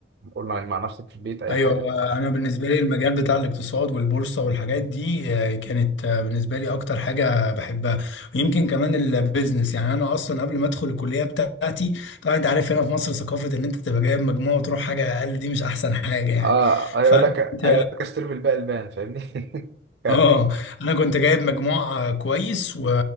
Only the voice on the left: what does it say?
ايوه
انا بالنسبه لي المجال بتاع الاقتصاد والبورصه والحاجات دي آه، كانت آه، بالنسبه لي اكتر حاجه بحبها ويمكن كمان البيزنس يعني انا اصلا قبل ما ادخل الكليه بتاعتي طبعا انت عارف هنا في مصر ثقافه ان انت تبقى جايب مجموع وتروح حاجه اقل دي مش احسن حاجه يعني
فانا
كنت
اه انا كنت جايب مجموع آه، كويس و...